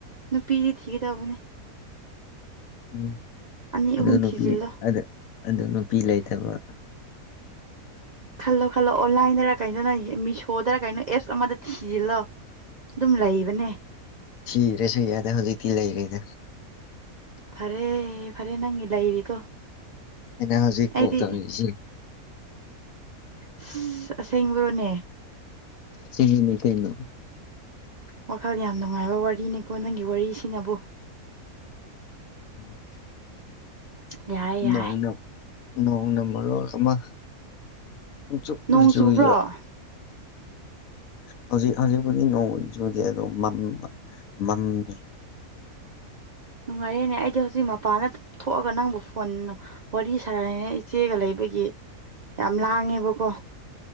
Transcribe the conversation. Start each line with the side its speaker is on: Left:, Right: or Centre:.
Right: ꯅꯨꯄꯤꯗꯤ ꯊꯤꯒꯗꯧꯕꯅꯦ
Left: ꯎꯝ
Right: ꯑꯅꯤ
Left: ꯑꯗ‌ꯣ
Right: ꯑꯍꯨꯝ
Left: ꯅꯨꯄꯤ
Right: ꯊꯤꯖꯤꯜꯂꯣ
Left: ꯑꯗ ꯑꯗꯨ ꯅꯨꯄꯤ ꯂꯩꯇꯕ
Right: ꯈꯜꯂꯣ ꯈꯜꯂꯣ ꯑꯣꯟꯂꯥꯏꯟꯗꯔ ꯀꯩꯅꯣ ꯅꯪ ꯃꯤꯁꯣꯗꯔ ꯀꯩꯅꯣ ꯑꯦꯞꯁ ꯑꯃꯗ ꯊꯤꯖꯤꯜꯂꯣ ꯑꯗꯨꯝ ꯂꯩꯕꯅꯦ
Left: ꯊꯤꯗ꯭ꯔꯁꯨ ꯌꯥꯔ‌ꯦ ꯍꯧꯖꯤꯛꯇꯤ ꯂꯩꯔ‌ꯦꯗ
Right: ꯐꯔꯦ ꯐꯔꯦ ꯅꯪꯒꯤ ꯂꯩꯔꯤꯗꯣ
Left: ꯑꯩꯅ ꯍꯧꯖꯤꯛ
Right: ꯑꯩꯗꯤ
Left: ꯀꯣꯜ ꯇꯧꯔꯤꯁ‌‌ꯦ
Right: ꯑꯁ ꯑꯁꯦꯡꯕꯔꯣꯅꯦ
Left: ꯁ‌ꯦꯡꯉꯤꯅꯤ ꯀꯩꯅꯣ
Right: ꯋꯥꯈꯜ ꯌꯥꯝ ꯅꯨꯡꯉꯥꯏꯕ ꯋꯥꯔꯤꯅꯤꯀꯣ ꯅꯪꯒꯤ ꯋꯥꯔꯤꯁꯤꯅꯕꯨ
Left: ꯎꯝ
Right: ꯌꯥꯏ ꯌꯥꯏ
Left: ꯅꯣꯡꯅ ꯅꯣꯡꯅ ꯃꯔꯣꯜ ꯑꯃ ꯄꯪꯆꯨꯗ
Right: ꯅꯣꯡ
Left: ꯆꯨꯏꯕ
Right: ꯆꯨꯕ꯭ꯔꯣ
Left: ꯍꯧꯖꯤꯛ ꯍꯧꯖꯤꯛꯄꯨꯗꯤ ꯅꯣꯡ ꯆꯨꯗ‌ꯦ ꯑꯗꯣ ꯃꯝꯕ ꯃꯝꯃ‌ꯦ
Right: ꯅꯨꯡꯉꯥꯏꯔꯦꯅꯦ ꯑꯩꯗꯤ ꯍꯧꯖꯤꯛ ꯃꯄꯥꯟꯗ ꯊꯣꯛꯑꯒ ꯅꯪꯕꯨ ꯐꯣꯟ ꯋꯥꯔꯤ ꯁꯥꯔꯥꯏꯅ‌ꯦ ꯏꯆꯦꯒ ꯂꯩꯕꯒꯤ ꯌꯥꯝ ꯂꯥꯡꯉꯦꯕꯀꯣ